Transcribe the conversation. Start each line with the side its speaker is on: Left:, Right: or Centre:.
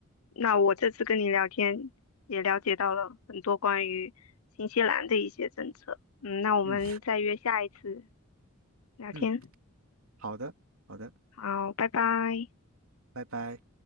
Left: 那我这次跟你聊天也了解到了很多关于新西兰的一些政策。嗯，那我们再约下一次
Right: 嗯 <laughs>
Left: 聊天。
Right: 嗯，好的好的，
Left: 好，拜拜。
Right: 拜拜。